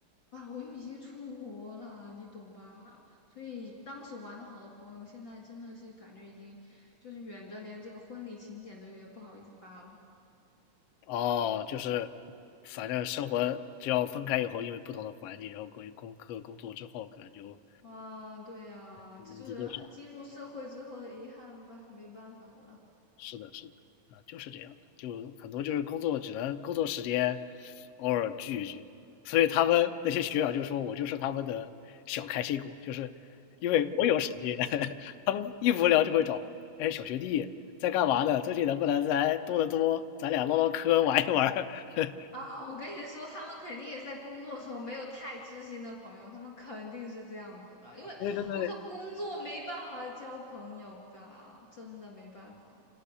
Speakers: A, on the left; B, on the left.
A: 啊，我又已经出国了，你懂吧？所以当时玩的好的朋友，现在真的是感觉已经就是远的，连这个婚礼请柬都有点不好意思发了。
B: 哦，就是反正生活只要分开以后，因为不同的环境，然后各工各工作之后，可能就
A: 啊，对呀，
B: 联系就少。
A: 这就是啊进入社会之后的遗憾吧，没办法了。
B: 是的，是的，啊、就是这样的，就很多就是工作只能工作时间偶尔聚一聚，所以他们那些学长就说我就是他们的小开心果，就是因为我有时间，<laughs> 他们一无聊就会找，哎，小学弟在干嘛呢？最近能不能来多得多，咱俩唠唠嗑，玩一玩 <laughs>
A: 啊，我跟你说，他们肯定也是在工作的时候没有太知心的朋友，他们肯定是这样子的，因为我说工作没办法交朋友的，
B: 对对对
A: 真的没办法